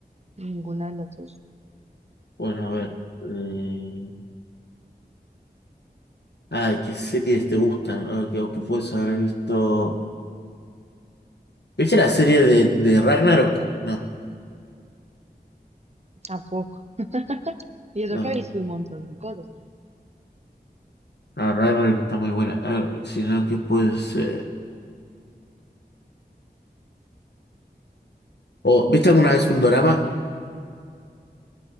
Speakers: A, on the right; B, on the left.
A: Ninguna de las dos.
B: Bueno, a ver. eh, Ay, ¿qué series te gustan? A ver, que, que puedes haber visto. ¿Viste la serie de, de Ragnarok? No,
A: Tampoco. Y eso
B: no.
A: que he visto un montón de cosas
B: Ah, Ragnarok está muy buena. A ver, si no, ¿qué puede ser? ¿O viste alguna vez un dorama?